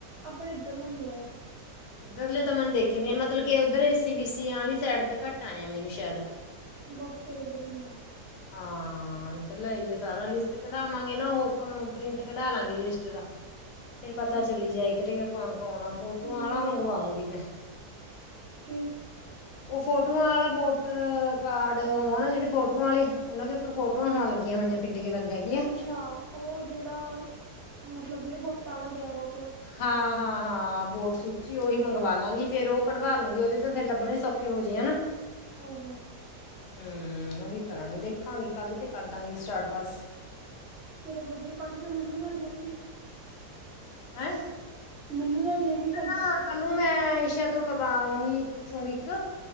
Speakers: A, on the right; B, on the left.
A: ਆਪਨਾ ਏਦਰਲਾ ਨੀ ਆਏਆ?
B: ਏਦਰਲੇ ਤਾਂ ਮਨ ਦੇਖੇ ਨੇ ਮਤਲਾ ਕੇ ਓਧਰ ਏਸੀ ਬੀਸੀ ਵਾਲੀ ਸਾਈਡ ਤੇ ਘੱਟ ਆਏ ਆ ਮੈਨੂੰ ਸੈ਼ਦ।
A: ਬਸ ਚਲੋ ਵਧੀਆ।
B: ਹਾਂ ਏਦਰਲਾ ਏਰੀਆ ਸਾਰਾ ਲੀਸਟ ਕਢਵਾਂਗੇ ਨਾ ਓਹੋ ਪ੍ਰਿੰਟ ਕਢ ਲਾਂਗੀ ਲੀਸਟ ਦਾ ਫੇਰ
A: ਅੱਛਾ
B: ਪਤਾ ਚੱਲੀ ਜਾਏ ਕਰੇਗਾ ਕੌਣ-ਕੌਣ ਆ ਫੋਟੋਆਂ
A: ਕਿੰਨੇ
B: ਆਲਾ ਮੰਗਵਾਊਂਗੀ ਮੈਂ।
A: ਕੇ
B: ਓ ਫੋਟੋਆਂ ਵਾਲਾ ਵੋਟਰ ਕਾਡ ਹੈਨਾ ਜੇੜੇ ਫੋਟੋਆਂ ਵਾਲੇ ਓਨਾ ਦੇ ਪਰ ਫੋਟੋਆ ਹੋਂ ਲੱਗੀਆਂ ਹੋਈਆਂ ਪੀਡ ਕੇ ਬੰਦੇਆਂ
A: ਅੱਛਾ ਓ ਜੇੜਾ, ਮਤਲਵ ਜੇੜੇ ਵੋਟਾ ਵਾਲਾ ਦੇਆ ਹੋ
B: ਹਾਂ-ਹਾਂ-ਹਾਂ ਬੋਡ ਸੁ ਜੀ ਓਈ ਮੰਗਵਾ ਲਾਂਗੀ ਫੇਰ ਓ ਕਢਵਾ ਲਾਂਗੀ ਓਦੇ ਫੇਰ ਲੱਭਣੇ ਸੌਖੇ ਹੋ ਜੇਏ ਨਾ
A: ਹਾਂ-ਹਾਂ।
B: ਹੂੰ ਓਹੀ ਕਰਾਂਗੀ ਦੇਖਾਂਗੀ ਕੱਲ ਤੇ ਕਰਦਾਂਗੀ ਸਟਾਟ ਬਸ।
A: ਚਲੋ ਵਧੀਆ ਕੱਲ ਫੇਰ ਏਨਾ ਨਾਲ ਜਾਏਗੇ
B: ਹੈਂ?
A: ਮੇਨੂ ਨਾਲ ਜਾਏਗੇ
B: ਨਾ ਕੱਲ ਨੂੰ ਮੈਂ ਈਸ਼ਾ ਤੋਂ ਕਵਾਊਂਗੀ ਪੁੱਛੂਗੀ ਏਕ